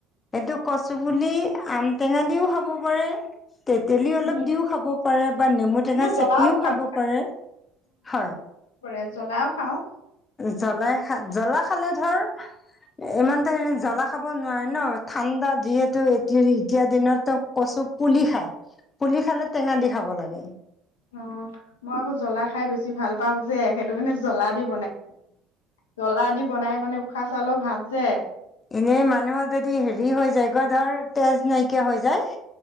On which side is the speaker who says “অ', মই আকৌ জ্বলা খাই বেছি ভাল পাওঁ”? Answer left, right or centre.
Left